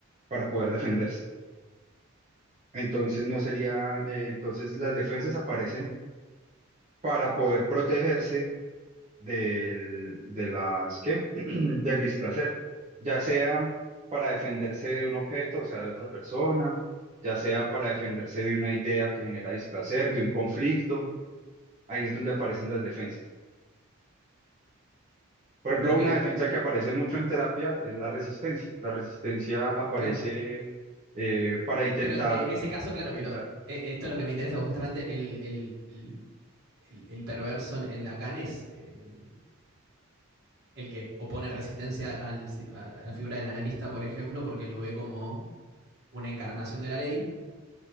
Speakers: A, on the right (about 30°); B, on the right (about 50°).
A: para poder defenderse. Entonces no sería, eh, entonces las defensas aparecen para poder protegerse del, de las, ¿qué? <clears throat> del displacer, ya sea para defenderse de un objeto, o sea, de otra persona, ya sea para defenderse de una idea que genera displacer, de un conflicto, ahí es donde aparecen las defensas. Por ejemplo,
B: ok,
A: una defensa que aparece mucho en terapia es la resistencia. La resistencia aparece
B: claro.
A: eh, para intentar
B: Pero en, en ese caso, claro,
A: evitar.
B: pero eh, esto es lo que me interesa, justamente el, el, el- el- el perverso en, en Lacan es el, el que opone resistencia al si- a la a la figura del analista, por ejemplo, porque lo ve como una encarnación de la ley,